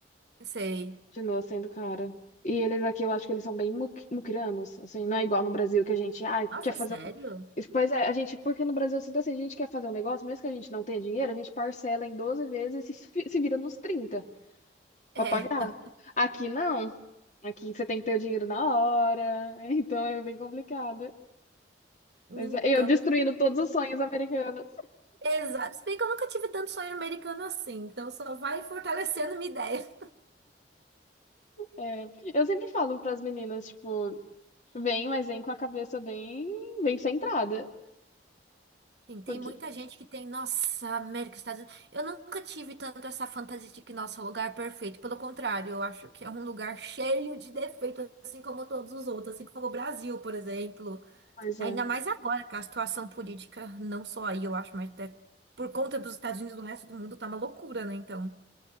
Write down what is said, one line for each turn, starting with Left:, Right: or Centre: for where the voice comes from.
Right: Sei.
Left: Continua sendo caro. E eles aqui, eu acho que eles são bem muqui- muquiranos, assim, não é igual no Brasil que a gente, ah,
Right: Nossa,
Left: quer fazer
Right: sério?
Left: Isso, Pois é, a gente, porque no Brasil, se assim, a gente quer fazer um negócio, mesmo que a gente não tenha dinheiro, a gente parcela em 12 vezes e se, fi- se vira nos 30
Right: É.
Left: para pagar. Aqui não, aqui você tem que ter o dinheiro na hora, <laughs> então é bem complicado.
Right: Então,
Left: Mas é, eu destruindo todos os sonhos americanos.
Right: exato. Se bem que eu nunca tive tanto sonho americano assim, então só vai fortalecendo minha ideia.
Left: É, eu sempre falo para as meninas, tipo, vem, mas vem com a cabeça bem, bem centrada.
Right: Sim,
Left: Porque,
Right: tem muita gente que tem, nossa, América, Estados Unidos. Eu nunca tive tanto essa fantasia de que, nossa, o lugar é perfeito. Pelo contrário, eu acho que é um lugar cheio de defeitos, assim como todos os outros, assim como o Brasil, por exemplo.
Left: pois
Right: Ainda
Left: é.
Right: mais agora, que a situação política, não só aí, eu acho, mas até por conta dos Estados Unidos, no resto do mundo tá uma loucura, né? Então,